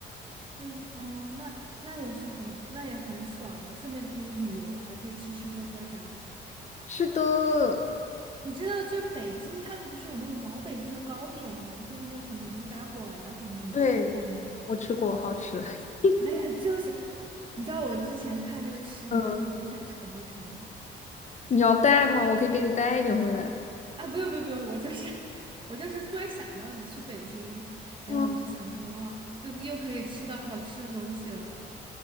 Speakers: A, on the right (about 25°); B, on the left (about 35°).
A: 那哦，那那也是很，那也很爽了，顺便可以旅游，还可以吃吃喝喝啥的。
B: 是的，哦，
A: 你知道，就北京他们不是有那种老北京的糕点吗？就是那种什么驴打滚儿啊什么的，你吃过吗？
B: 对，我吃过，好吃。<laughs>
A: <laughs> 哎呀，就是，你知道我之前看那个吃播，
B: 嗯，
A: 我真的很想尝一尝。
B: 你要带吗？我可以给你带一点回来。
A: 啊啊，不用不用不用，我就是 <laughs> 我就是突然想到了你去北京，然后我就想说啊，
B: 嗯。
A: 就又可以吃到好吃的东西了。